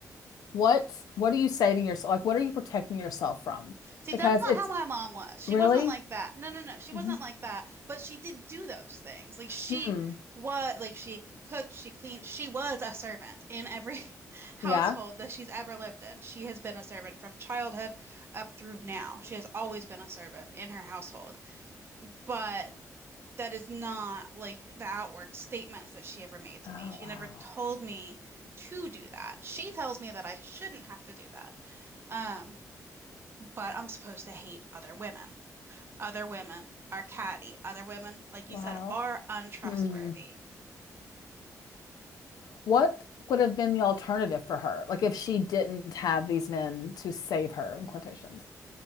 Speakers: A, on the left; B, on the right.
A: what what are you saving yourself? Like, what are you protecting yourself from?
B: See,
A: Because
B: that's not
A: it's
B: how my mom was. She
A: really,
B: wasn't like that. No, no, no. She wasn't
A: Mhm.
B: like that. But she did do those things. Like she
A: hmm,
B: was, like she cooked, she cleaned. She was a servant in every <laughs> household
A: yeah.
B: that she's ever lived in. She has been a servant from childhood up through now. She has always been a servant in her household. But that is not like the outward statements that she ever made to
A: Oh,
B: me. She
A: wow.
B: never told me to do that. She tells me that I shouldn't have to do that. Um, but I'm supposed to hate other women other women are catty. Other women, like
A: Wow.
B: you said, are untrustworthy.
A: Mm. What would have been the alternative for her? Like if she didn't have these men to save her in quotations.